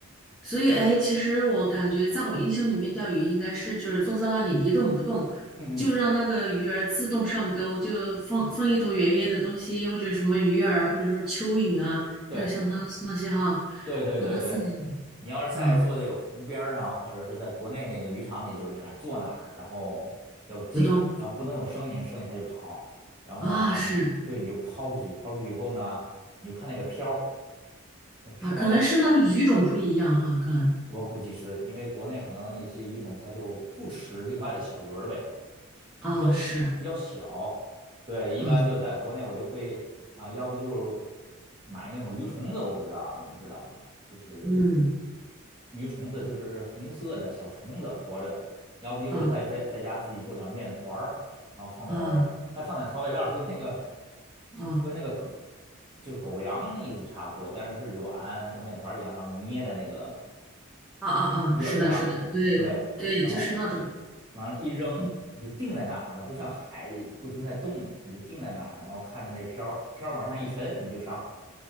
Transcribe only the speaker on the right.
嗯嗯，
对。
对对对对，
你要是在做这个湖边儿上，
或者是在国内那个渔场里，就是这样，坐那儿，然后要静，
然后不能有声音，有声音它就跑。然后呢，
你对你就抛出去，抛出去以后呢，你就看那个漂儿，呃漂的，
我估计是因为国内可能一些鱼种它就不吃另外的小鱼儿呗，
比较小，
比较小。对，一般就在国内我就会啊，
要不就是买那种鱼虫子，我不知道，你知道吗？就是。
鱼虫子，就是红色的小虫子活着的，要不就是在在在家自己做点面团儿，
然后放点儿还放点调味料就跟那个
就就跟那个狗就是狗粮那意思差不多，但是是软，像面团儿一样，然后捏在那个
鱼饵上，
对，然后
往上一扔。
你就定在那儿了，不像海不停在动，你就定在那儿，然后看着那漂儿漂儿往下一沉，你就上。